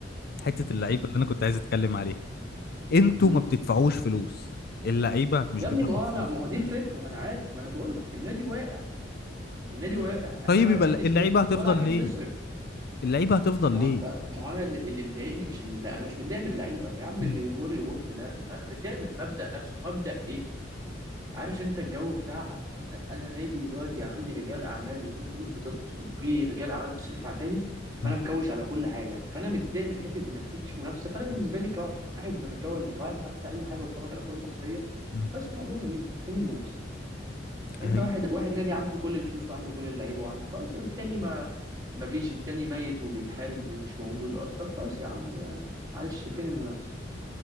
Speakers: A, on the left (about 55°); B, on the right (about 20°).
A: حتة اللعيبة اللي انا كنت عايز اتكلم عليها انتوا
B: مم.
A: ما بتدفعوش فلوس اللعيبة مش
B: يا
A: بتاخد
B: ابني ما هو
A: فلوس
B: انا ما هو دي الفكره ما انا عارف ما انا بقول لك النادي واقع النادي واقع احنا
A: طيب
B: لا عارفين
A: يبقى
B: نشتري
A: اللعيبة هتفضل
B: ولا عارفين
A: ليه
B: نصرف
A: اللعيبة هتفضل
B: ما
A: ليه
B: هو ما هو انا اللي, اللي مضايقني مش ان لا انا مش متضايق من اللعيبه يا عم
A: مم.
B: اللي يغور يغور في داهيه انا متضايق من المبدا نفسه مبدا ايه عارف انت الجو بتاع انا نادي دلوقتي عندي رجال اعمال وفي فلوس بتص... وفي رجال اعمال بتصرف على النادي فانا
A: مم.
B: مكوش على كل حاجه فانا متضايق من حته ان مفيش منافسه فانا بالنسبه لي كواحد زملكاوي ولا كواحد حتى اي حاجه بتفرج على الكوره المصريه
A: مم.
B: بس الموضوع ممل فين المنافسه انت
A: هي
B: واحد واحد نادي عنده كل الفلوس وعنده كل اللعيبه وعنده خلاص التاني ما ما فيش التاني ميت وبيتحارب ومش موجود اصلا طب خلاص يا عم يا معلش فين المنافسه